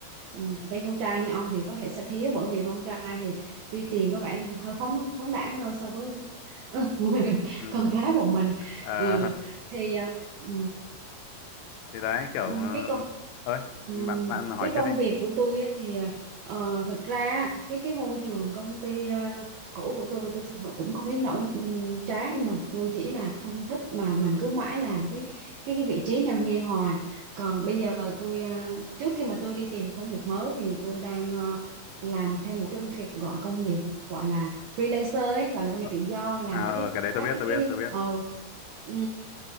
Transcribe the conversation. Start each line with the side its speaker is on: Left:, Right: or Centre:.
Right: ừ, tên con trai như ông thì có thể sẽ thiếu bởi vì con trai thì tuy tiền có vẻ hơi phóng phóng đãng hơn so với <laughs>
Left: Ừ. <laughs>
Right: con gái một mình
Left: Ờ,
Right: ừ. thì à, ừ,
Left: thì đấy kiểu
Right: Ừ,
Left: ờ,
Right: cái công
Left: ơi
Right: ừ,
Left: bạn bạn hỏi
Right: cái công
Left: trước đi
Right: việc của tôi á thì ờ, thật ra á, cái cái môi trường công ty ờ, cũ của tôi tôi thật sự cũng không đến nỗi ừm, chán nhưng mà tôi chỉ là không thích mà mình cứ mãi làm cái cái, cái vị trí nhân viên hoài còn bây giờ tôi ờ, trước khi mà tôi đi tìm công việc mới thì tôi đang ờ, làm thêm một cái công việc gọi công việc gọi là freelancer ấy, gọi là công
Left: ờ,
Right: việc tự do làm
Left: à
Right: các
Left: ờ,
Right: cái
Left: cái đấy
Right: các
Left: tôi biết tôi
Right: cái
Left: biết tôi biết
Right: ờ ừ